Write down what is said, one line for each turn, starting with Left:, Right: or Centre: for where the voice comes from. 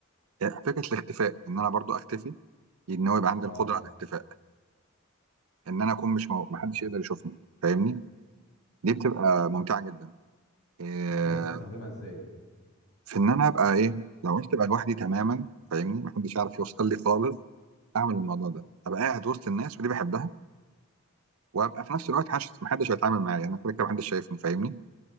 Right: آه، فكره الاختفاء ان انا برضو اختفي ان هو يبقى عندي
Left: اه
Right: القدره على الاختفاء ان انا اكون مش مو... محدش
Left: تمام
Right: يقدر يشوفني فاهمني دي بتبقى ممتعه جدا آه،
Left: انت عايز تستخدمها ازاي
Right: في ان انا ابقى ايه لو عرفت ابقى لوحدي تماما فاهمني محدش يعرف يوصل لي خالص اعمل الموضوع ده ابقى قاعد وسط الناس ودي بحبها وابقى في نفس الوقت محدش محدش هيتعامل معايا انا كده كده محدش شايفني فاهمني